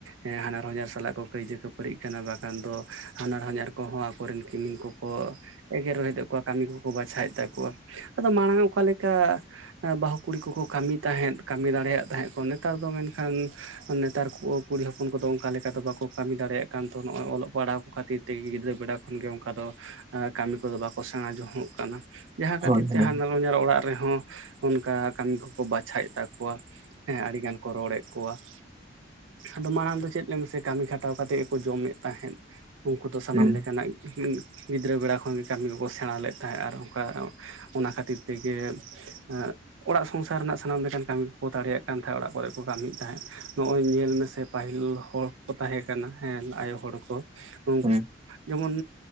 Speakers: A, on the right; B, on the right.
A: ᱮᱸ ᱦᱟᱱᱟᱨ-ᱦᱚᱸᱧᱟᱨ ᱥᱟᱞᱟᱜ ᱠᱚ ᱠᱟᱹᱭᱡᱟᱹ ᱠᱟᱹᱯᱟᱹᱨᱤᱜ ᱠᱟᱱᱟ ᱵᱟ ᱠᱷᱟᱱ ᱫᱚ ᱦᱟᱱᱟᱨ-ᱦᱚᱸᱧᱟᱨ ᱠᱚᱦᱚᱸ ᱟᱠᱚ ᱨᱤᱱ ᱠᱤᱢᱤᱱ ᱠᱚᱠᱚ ᱮᱜᱮᱨ ᱨᱚᱦᱤᱫ ᱮᱫ ᱠᱚᱣᱟ ᱠᱟᱹᱢᱤ ᱠᱚᱠᱚ ᱵᱟᱪᱷᱟᱣᱮᱫ ᱛᱟᱠᱚᱣᱟ ᱟᱫᱚ ᱢᱟᱲᱟᱝ ᱚᱠᱟ ᱞᱮᱠ ᱠᱟ ᱵᱟᱹᱦᱩ ᱠᱩᱲᱤ ᱠᱚᱠᱚ ᱠᱟᱹᱢᱤ ᱛᱟᱦᱮᱸᱫ ᱠᱟᱹᱢᱤ ᱫᱟᱲᱮᱭᱟᱜ ᱛᱟᱦᱮᱸᱫ ᱠᱚ, ᱱᱮᱛᱟᱨ ᱫᱚ ᱢᱮᱱᱠᱷᱟᱱ ᱱᱮᱛᱟᱨ ᱠᱚ ᱠᱩᱲᱤ ᱦᱚᱯᱚᱱ ᱠᱚᱫᱚ ᱚᱝᱠᱟ ᱞᱮᱠᱟ ᱫᱚ ᱵᱟᱠᱚ ᱠᱟᱹᱢᱤ ᱫᱟᱲᱮᱭᱟᱜ ᱠᱟᱱ ᱫᱚ ᱾ ᱱᱚᱜᱼᱚᱸᱭ ᱚᱞᱚᱜ ᱯᱟᱲᱦᱟᱣ ᱠᱚ ᱠᱷᱟᱹᱛᱤᱨ ᱛᱮᱜᱮ ᱜᱤᱫᱽᱨᱟᱹ ᱵᱮᱲᱟ ᱠᱷᱚᱱ ᱜᱮ ᱚᱝᱠᱟ ᱫᱚ, ᱮᱸ ᱠᱟᱹᱢᱤ ᱠᱚᱫᱚ ᱵᱟᱠᱚ ᱥᱮᱬᱟ ᱡᱷᱚᱝ-ᱚᱜ ᱠᱟᱱᱟ ᱾ ᱡᱟᱦᱟᱸ ᱠᱷᱟᱹᱛᱤᱨ
B: ᱦᱳᱭ ᱦᱮᱸ
A: ᱛᱮ ᱦᱟᱱᱟᱨ ᱦᱚᱸᱧᱟᱨ ᱚᱲᱟᱜ ᱨᱮᱦᱚᱸ ᱚᱱᱠᱟ ᱠᱟᱹᱢᱤ ᱠᱚᱠᱚ ᱵᱟᱪᱷᱟᱭᱮᱜ ᱛᱟᱠ ᱠᱚᱣᱟ ᱦᱮᱸ ᱟᱹᱰᱤ ᱜᱟᱱ ᱠᱚ ᱨᱚᱲᱮᱜ ᱠᱚᱣᱟ ᱾ ᱟᱫᱚ ᱢᱟᱲᱟᱝ ᱫᱚ ᱪᱮᱫ ᱞᱟᱹᱭ ᱢᱮᱥᱮ ᱠᱟᱹᱢᱤ ᱠᱷᱟᱴᱟᱣ ᱠᱟᱛᱮᱜ ᱜᱮᱠᱚ ᱡᱚᱢᱮᱫ ᱛᱟᱦᱮᱸᱫ ᱩᱝᱠᱩ ᱫᱚ ᱥᱟᱱᱟᱢ
B: ᱦᱮᱸ
A: ᱞᱮᱠᱟᱱᱟᱜ ᱦᱩᱸ ᱜᱤᱫᱽᱨᱟᱹ ᱵᱮᱲᱟ ᱠᱷᱚᱱ ᱜᱮ ᱠᱟᱹᱢᱤ ᱠᱚᱠᱚ ᱥᱮᱬᱟ ᱞᱮᱫ ᱛᱟᱦᱮᱸᱜ ᱟᱨ ᱚᱝᱠᱟ ᱚᱱᱟ ᱠᱷᱟᱹᱛᱤᱨ ᱛᱮᱜᱮ ᱮᱸᱜ ᱚᱲᱟᱜ ᱥᱚᱝᱥᱟᱨ ᱨᱮᱱᱟᱜ ᱥᱟᱱᱟᱢ ᱞᱮᱠᱟᱱ ᱠᱟᱹᱢᱤ ᱠᱚᱠᱚ ᱫᱟᱲᱮᱭᱟᱜ ᱠᱟᱱ ᱛᱟᱦᱮᱸᱜ ᱚᱲᱟᱜ ᱠᱚᱨᱮᱜ ᱠᱚ ᱠᱟᱹᱢᱤᱭᱮᱜ ᱛᱟᱦᱮᱸᱜ, ᱱᱚᱜᱼᱚᱸᱭ ᱧᱮᱞ ᱢᱮᱥᱮ ᱯᱟᱹᱦᱤᱞ ᱦᱚᱲ ᱠᱚᱠᱚ ᱛᱟᱦᱮᱸ ᱠᱟᱱᱟ ᱦᱮᱸᱱ ᱟᱭᱳ ᱦᱚᱲ ᱠᱚ, ᱱᱩᱝ
B: ᱦᱮᱸ
A: ᱡᱮᱢᱚᱱ